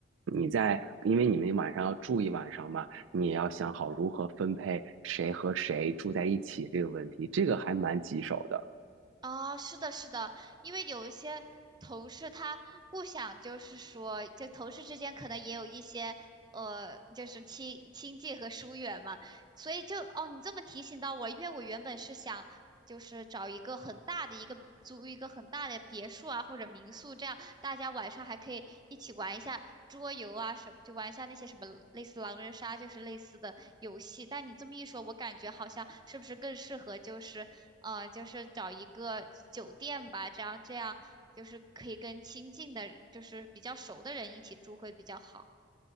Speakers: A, on the right; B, on the right.
A: 你在，因为你们晚上要住一晚上嘛，你也要想好如何分配谁和谁住在一起这个问题，这个还蛮棘手的。
B: 啊，是的，是的，因为有一些同事他不想，就是说，就同事之间可能也有一些呃，就是亲亲近和疏远嘛。所以就哦，你这么提醒到我，因为我原本是想就是找一个很大的一个租一个很大的别墅啊，或者民宿，这样大家晚上还可以一起玩一下桌游啊什么，就玩一下那些什么类似狼人杀，就是类似的游戏。但你这么一说，我感觉好像是不是更适合就是呃，就是找一个酒店吧，这样这样就是可以跟亲近的，就是比较熟的人一起住会比较好。